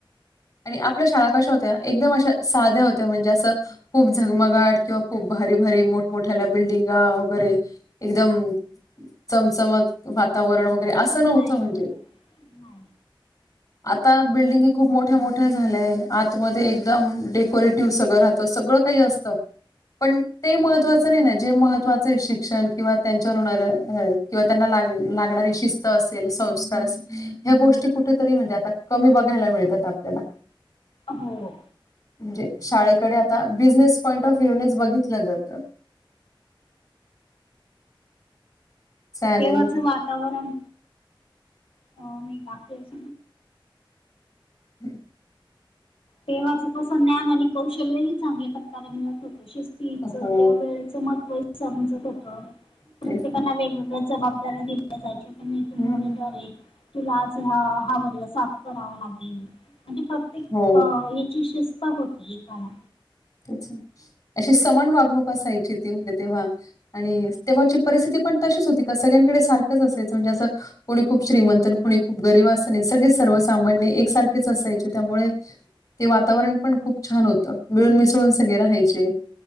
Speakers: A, on the left (about 45°); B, on the left (about 85°).
A: आणि आपल्या शाळा कशा होत्या एकदम अशा साध्या होत्या म्हणजे असं खूप झगमगाट किंवा खूप भारी, भारी मोठमोठ्याला बिल्डिंगा वगैरे. एकदम चमचमत. वातावरण वगैरे असं
B: नाही
A: नव्हतं म्हणजे
B: हो नाही
A: आता बिल्डिंगी खूप मोठी मोठ्या मोठ्या झाल्याय आतमध्येध्ये एकदम डेकोरेटिव्ह सगळं राहतं सगळं काही असतं पण ते महत्त्वाचं नाही ना जे महत्त्वाचं आहे शिक्षण किंवा त्यांच्यावर होणारं किंवा त्यांना लाग लागणारी शिस्त असेल, संस्कार असेल. ह्या गोष्टी कुठेतरी म्हणजे आता कमी बघायला मिळतात आपल्याला
B: हो.
A: म्हणजे शाळेकडे आता बिझनेस पॉईंट ऑफ व्ह्यू नच बघितलं जातं. चालेल
B: तेव्हाच वातावरण अ नाही बाकी अस
A: हम्.
B: तेव्हाच तसं ज्ञान आणि कौशल्यही चांगल्या प्रकारे मिळत होतं, सिथित
A: हो
B: वेळ. महत्त्व समजत होत प्रत्येकाना
A: तेच ना
B: वेगवेगळ्या जबाबदाऱ्या दिल्या जायच्या तोलटवर
A: हम्म
B: <unintelligible> तुला आज हा वर्ग साफ करावा लागेल. म्ह प्रत्येक
A: हो
B: अ याची शिस्त होती एकाला
A: ते अशी समान वागणूक असायची ती म्हणजे तेव्हा. आणि तेव्हाची परिस्थिती पण तशीच होती, का सगळ्यांकडे सारखंच असायचं म्हणजे असं. कोणी खूप श्रीमंतन कोणी खूप गरीब असन हे सगळे सर्वसामान्य एकसारखेच असायचे त्यामुळे. ते वातावरण पण खूप छान होतं मिळून मी सगळे राहायचे,